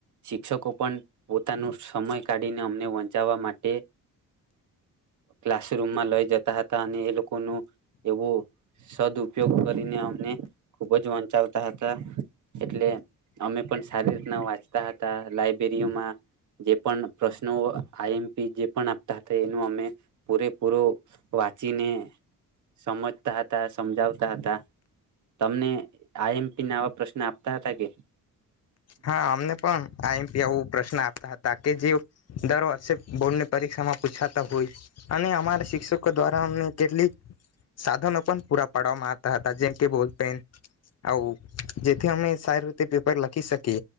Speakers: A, on the right; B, on the left.
A: શિક્ષકો પણ પોતાનું સમય કાઢીને અમને વંચાવવા માટે ક્લાસરૂમમાં લઈ જતા હતા અને એ લોકો ન એવું સદ ઉપયોગ કરીને અમને ખુબ જ વંચાવતા હતા એટલે અમે પણ સારી રીતના વાંચતા હતા લાબ્રેરીઓમાં જે પણ પ્રશ્નો આઈ એમપી જે પણ આપતા હતા એનું અમે પૂરેપૂરો વાંચીને સમજતા હતા સમજાવતા હતા તમને આઈ એમપી નાવા પ્રશ્ન આપતા હતા કે
B: હા અમને પણ આઈએમપી આવું પ્રશ્ન હતા કે જે દર વર્ષે બોર્ડ ની પરીક્ષામાં પૂછાતા હોય અને અમારા શિક્ષકો દ્વારા અમને કેટલીક સાધનો પણ પૂરા પાડવામાં આવતા હતા જેમ કે બોલ પેન આવું જેથી અમે સારી રીતે પેપર લખી શકી કે